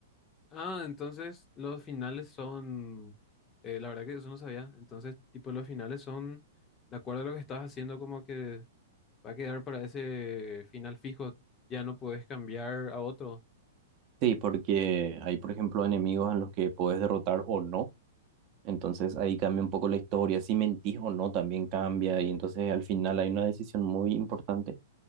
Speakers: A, on the left; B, on the right.
A: Ah, entonces los finales son, eh, la verdad que eso no sabía. Entonces, tipo, los finales son, de acuerdo a lo que estás haciendo, como que va a quedar para ese final fijo. Ya no puedes cambiar a otro.
B: Sí, porque hay, por ejemplo, enemigos en los que puedes derrotar o no Entonces ahí cambia un poco la historia, si mentís o no también cambia y entonces al final hay una decisión muy importante